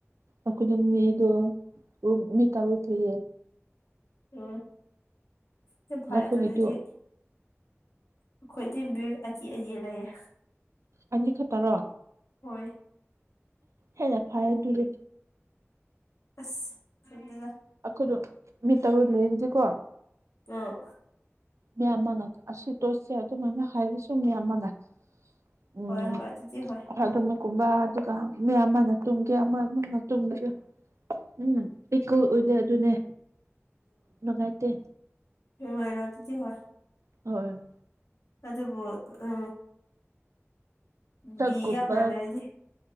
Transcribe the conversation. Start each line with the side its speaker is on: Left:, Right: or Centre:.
Right: ꯑꯈꫭꯏꯗꫭ ꯃꯤꯗꫭ ꯔꯨꯝ ꯃꯤ ꯇꯔꯨꯛ ꯁꯨꯏꯌꯦ
Left: ꯎꯝ ꯌꯥꯝ ꯐꯔꯦ
Right: ꯅꯈꯣꯏꯒꯤꯗꯨ
Left: ꯑꯗꯨꯗꯤ ꯑꯈꯣꯏꯗꯤ ꯃꯤ ꯑꯇꯤꯑꯅꯤ ꯂꯩꯌꯦ
Right: ꯑꯅꯤ ꯈꯠꯇꯔꯣ
Left: ꯍꯣꯏ
Right: ꯍꯦꯟꯅ ꯐꯗꯨꯔꯤ
Left: ꯑꯁ ꯐꯩꯗꯨꯅ
Right: ꯑꯈꯣꯏꯗꫭ ꯃꯤ ꯇꯔꯨꯛ ꯂꯩꯕꯗꯤꯀꯣ
Left: ꯑ
Right: ꯃꯌꯥꯝ ꯃꯥꯡꯅ ꯑꯁꯤ ꯇꯣꯏꯁꯁꯦ ꯑꯗꯨꯃꯥꯏꯅ ꯍꯥꯏꯔꯁꯨ ꯃꯌꯥꯝ ꯃꯥꯡꯅ ꯎꯝ
Left: ꯍꯣꯏ ꯍꯣꯏ ꯑꯗꯨꯗꯤ ꯍꯣꯏ
Right: ꯑꯗꯨꯅ ꯀꯨꯝꯂ ꯑꯗꯨꯒ ꯃꯤꯌꯥꯝꯃꯥꯅ ꯇꯨꯝꯒꯦ ꯑꯃ ꯑꯃꯅ ꯇꯨꯝꯒꯦ ꯎꯝ ꯏꯀꯨꯜ ꯑꯣꯏꯗꯦ ꯑꯗꯨꯅꯦ ꯅꯨꯡꯉꯥꯏꯇꯦ
Left: ꯅꯨꯡꯉꯥꯏꯔꫭꯏ ꯑꯗꯨꯗꯤ ꯍꯣꯏ
Right: ꯍꯣꯏ
Left: ꯑꯗꯨꯕꯨ ꯑ
Right: ꯆꯛꯀꯨꯝꯕ
Left: ꯃꯤ ꯌꯥꯝꯅ ꯂꯩꯔꯗꯤ